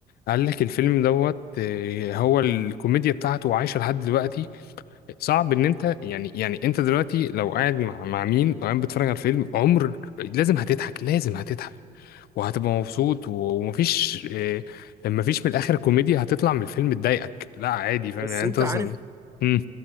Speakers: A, on the left; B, on the right.
A: قال لك الفيلم دوت آه، هو الكوميديا بتاعته عايشة لحد دلوقتي صعب ان انت يعني يعني انت دلوقتي لو قاعد مع مع مين او قاعد بتتفرج على الفيلم عمر لازم هتضحك لازم هتضحك وهتبقى مبسوط و- ومفيش إيه مفيش من الاخر كوميديا هتطلع من الفيلم تضايقك لا عادي فاهم
B: بس
A: يعني انت
B: أنت
A: اصلا
B: عارف
A: مم.